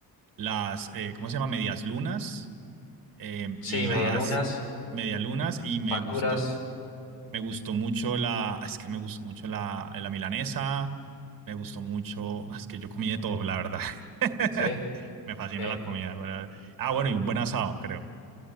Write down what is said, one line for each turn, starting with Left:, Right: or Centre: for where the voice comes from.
Right: las, eh, ¿cómo se llama? Medias lunas eh,
Left: Sí,
Right: y las
Left: medialunas,
Right: medialunas y me
Left: facturas.
Right: gustó. Me gustó mucho la, es que me gustó mucho la, la milanesa, me gustó mucho, es que yo comí de todo, la verdad. <laughs>
Left: Sí,
Right: Me fascina
Left: sí.
Right: la comida, ¿verdad? Ah, bueno, y un buen asado, creo.